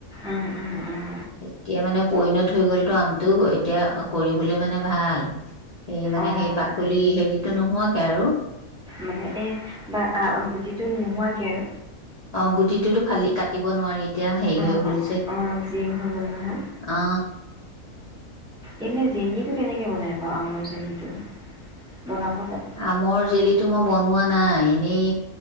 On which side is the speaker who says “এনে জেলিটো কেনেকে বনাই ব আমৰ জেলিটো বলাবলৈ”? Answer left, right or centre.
Centre